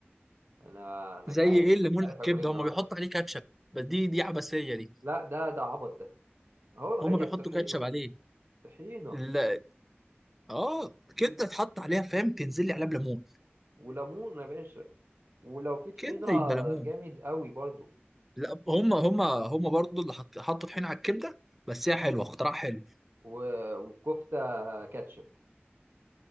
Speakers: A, on the right (about 60°); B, in the centre.
A: انا انا
B: زي
A: جعان
B: ايه
A: انا
B: الليمون
A: مش عارف
B: الكبده
A: اكل ايه النهارده
B: هم بيحطوا عليه كاتشب بس دي دي عبثيه دي
A: لا ده ده عبط ده اهو هي
B: هم بيحطوا
A: الطحينة
B: كاتشب عليه
A: طحينة
B: لا اه كبده اتحط عليها فاهم تنزل لي عليها بليمون
A: وليمون يا باشا ولو في طحينة
B: كبده يبقى ليمون
A: جامد قوي برضو
B: لا هم هم هم برضو اللي حط حطوا طحينه على الكبده بس هي حلوه اختراع حلو
A: و- وكفتة كاتشب